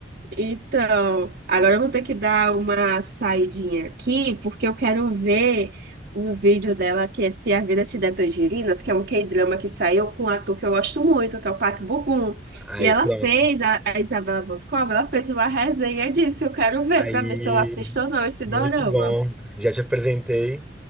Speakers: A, on the right; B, in the centre.
A: Então, agora eu vou ter que dar uma saidinha aqui, porque eu quero ver um vídeo dela que é Se a Vida Te Der Tangerinas, que é um K-drama que saiu com um ator que eu gosto muito, que é o Park Bo-gum.
B: Aí,
A: E ela
B: pronto.
A: fez, a, a Isabela Boscova, ela fez uma resenha disso, eu quero ver,
B: Aí,
A: pra ver se eu assisto ou não esse
B: muito
A: dorama.
B: bom. Já te apresentei